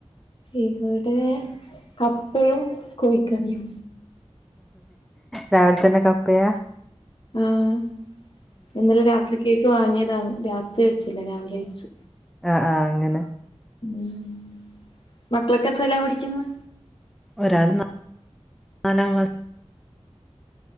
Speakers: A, on the left; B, in the centre.
A: ഇവ്ടെ കപ്പയും കോയിക്കറിയും
B: രാവിലെ തന്നെ കപ്പയാ
A: ആഹ് എന്നാലും രാത്രികേക്ക് വാങ്ങിയതാന്ന് രാത്രി വെച്ചില്ല രാവിലെ വെച്ച്
B: ആഹ് ആഹ് അങ്ങനെ
A: ഉം മക്കളെക്കെ എത്രൈലാ പഠിക്ക്ന്ന്
B: ഒരാള്ന നാലാം ക്ലാസ്